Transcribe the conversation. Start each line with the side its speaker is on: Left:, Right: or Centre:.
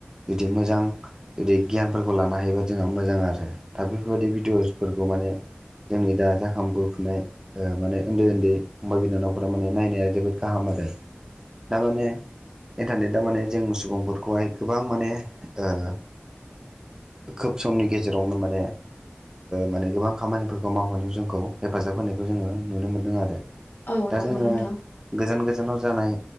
Right: जुदि मोजां जुदि गियानफोरखौ लानो हायोबा जोंहा मोजां आरो। दा बेफोरबायदि भिडिअ'सफोरखौ माने जोंनि दा जाखांबोफुनाय ओ माने उन्दै उन्दै फंबाय बिनानावफोरा माने नाया जोबोद गाहाम आरो थारमाने इन्टारनेटा माने जों सुबुंफोरखौहाय गोबां माने ओ खोब समनि गेजेरावनो माने माने गोबां खामानि गोमाहनायाव जोंखौ हेफाजाब होनायखौ जोङो नुनो मोनदों आरो।
Left: औ
Right: दा
Left: नंगौ
Right: जोङो
Left: नोंथां
Right: गोजान गोजानाव जानाय